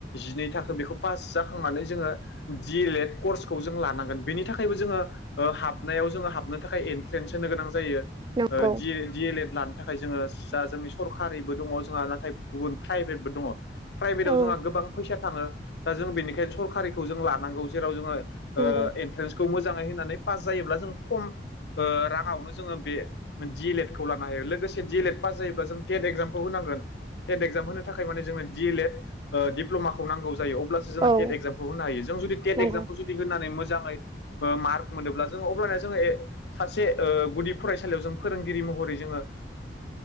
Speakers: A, on the left (about 70°); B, on the right (about 25°).
A: जिनै थाखो बेखौ पास जाखांनानै जोङो दि एल एड कर्सखौ जों लानांगोन बेनि थाखाय थाखायबो जोङो हाबनायाव जोङो हाबनो थाखाय एन्ट्रेन्स होनो गोनां जायो।
B: नंगौ
A: दि एल एड थाखाय जोङो जा जोंनि सरकारिबो दङ जोंहा नाथाय गुबुन प्राइभेटबो दङ। प्राइभेटआव
B: औ
A: जोंहा गोबां फैसा थाङो दा जों बेनिखायनो सरकारिखौ जों लानांगौ जेराव जोङो
B: नंगौ
A: एन्ट्रेन्सखौ मोजाङै होननानै पास जायोब्ला जों खम राङावनो जोङो बे दि एल एड खौ लानो हायो लोगोसे दि एल एड पास जायोब्ला जों टेट एक्जामखौ होनांगोन टेनट एक्जाम होनो थाखाय माने जोंङनो डि एल एड डिप्ल'माखौ नांगौ जायो अब्ला सो
B: औ
A: टेट एक्जामखौ होनो हायो जों जुदि तेट
B: नंगौ
A: एक्जामखौ जुदि होनानै मोजाङै मार्क मोनोब्ला जोङो अब्लानो जोङो ए सासे गुदि फरायसालियाव जों फोरोंगिरि महरै जोङो